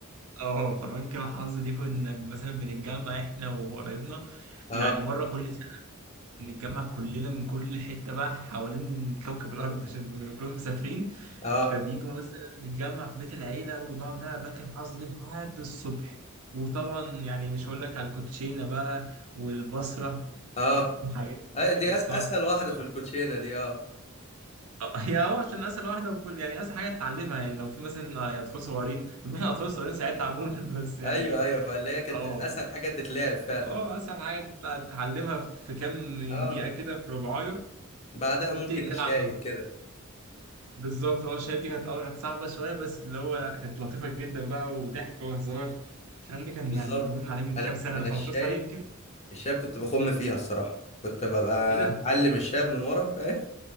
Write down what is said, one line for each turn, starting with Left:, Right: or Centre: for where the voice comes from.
Right: أه فبنك الحظ دي كنا مثلا بنتجمع إحنا وقرايبنا
Left: اه
Right: يعني مرة كل سنة بنتجمع كلنا من كل حتة بقى حوالين كوكب الأرض عشان بيكونوا كلهم مسافرين
Left: اه
Right: فبيجوا مثلا نتجمع في بيت العيلة ونقعد بقى بنك الحظ دي لحد الصبح وطبعا يعني مش هقول لك على الكوتشينة بقى والبصرة
Left: اه
Right: وحاجات
Left: أي- دي
Right: كانت
Left: أس اسهل
Right: تحفة
Left: واحده
Right: والله العظيم
Left: في الكوتشينه دي اه
Right: آه، آه، هي هو عشان اسهل واحده وكل يعني اسهل حاجه تتعلمها يعني لو في مثلا يا اطفال صغيرين كنا احنا اطفال صغيرين ساعتها عموما <laughs> بس يعني
Left: ايوه ايوه فاللي هي كانت
Right: اه
Left: اسهل
Right: كده
Left: حاجه تتلعب فعلا
Right: اه اسهل حاجه تطلع تتعلمها في كام
Left: اه
Right: دقيقه كده في ربعايه
Left: بعدها
Right: وتبتدي
Left: ممكن
Right: تلعب
Left: الشايب كده
Right: بالظبط اه الشهادة دي كانت اه كانت صعبه شويه بس اللي هو لا كانت لطيفه جدا بقى وضحك وهزار الكلام ده كان
Left: بالظبط
Right: يعني نقول عليه من
Left: انا
Right: كام سنه
Left: انا
Right: من 15
Left: الشايب
Right: سنه يمكن
Left: الشايب كنت بخم فيها الصراحه كنت ببقى
Right: ايه ده؟
Left: معلم الشاب من ورا فاهم